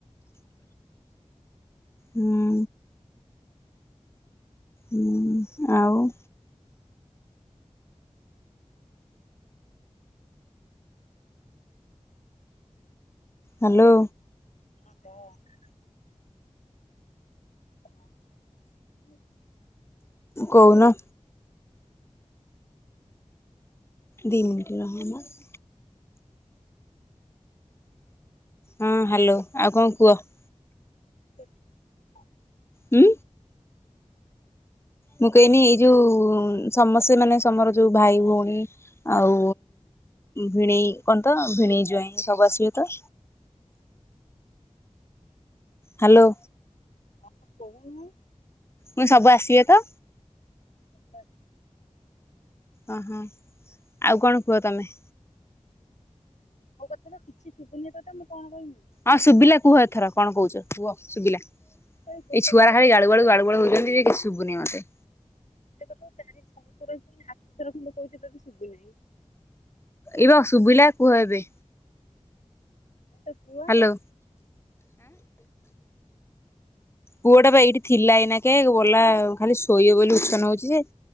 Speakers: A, on the left; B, on the left.
A: ହୁଁ। ହୁଁ, ଆଉ ହାଲୋ।
B: <inaudible> <inaudible>
A: କହୁନ। ଦି ମିନିଟ <unintelligible> ହୁଁ, ହାଲୋ ଆଉ କଣ କୁହ।
B: <unintelligible>
A: ହୁଁ। ମୁଁ କହିନି ଏଇ ଯୋଉ ସମସ୍ତେ ମାନେ ସମର ଯୋଉ ଭାଇ ଭଉଣୀ ଆଉ ଭିଣେଇ କଣ ତ ଭିଣେଇ ଜ୍ୱାଇଁ ସବୁ ଆସିବେ ତ? ହାଲୋ।
B: ହଁ କହୁନୁ।
A: ମୁୁଁ ସବୁ ଆସିବେ ତ?
B: <inaudible>
A: ଅହଁ ଆଉ କଣ କୁହ ତମେ।
B: ମୋ କଥା ତ କିଛି ଶୁଭୁନି ତତେ ମୁଁ କଣ କହିବି।
A: ହଁ ଶୁଭିଲା କୁହ ଏଥର କଣ କହୁଚ କୁହ ଶୁବିଲା।
B: ତ ଗୋଟେ
A: ଏଇ ଛୁଆରା
B: କଥା
A: ଖାଳି ଗାଳୁ-ଗାଳୁ ହଉଚନ୍ତି ଯେ କି ଶୁବୁନି ମତେ।
B: ଗୋଟେ କଥା ଚାରି ଛଅ ଥର ଯ ଆଠ ଥର ଖଣ୍ଡ କହୁଚି ତତେ ଶୁବୁନେଇଁ।
A: ଏଇ ବା ଶୁବିଲା କୁହ ଏବେ।
B: ମୁଁ ତ ପୁଅ
A: ହାଲୋ। ପୁଅଟା ବା ଏଇଠି ଥିଲା ଏଇନା କେ ଗଲା ଖାଲି ଶୋଇବ ବୋଲି ଉଛନ ହଉଚି ଯେ।